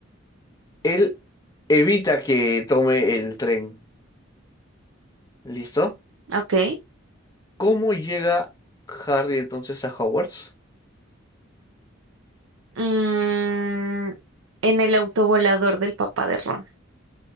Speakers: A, on the left; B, on the right.
A: Él evita que tome el tren, ¿listo?
B: ok.
A: ¿Cómo llega Harry entonces a Hogwarts?
B: Mm, en el autovolador del papá de Ron.